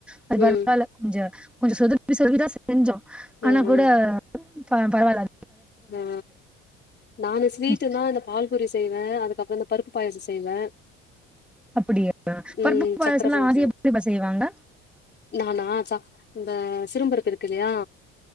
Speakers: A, in the centre; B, on the left (about 35°).
A: அது
B: ம்
A: பரவாயில்ல கொஞ்ச கொஞ்ச சொதப் <unintelligible> செஞ்சோம் ஆனா
B: ஆ
A: கூட
B: ஆ
A: ப பரவாயில்ல
B: ஆ நானு ஸ்வீட்டுன்னா
A: ம்
B: இந்த பால்பூரி செய்வே அதுக்கப்புற இந்த பருப்பு பாயசம் செய்வே
A: அப்டியா
B: ம்
A: பருப்பு பாயசம்ல்லா
B: சக்கர பாயாசோ
A: அ <unintelligible> செய்வாங்க
B: நானா ச இந்த சிறும் பருப்பு இருக்கு இல்லையா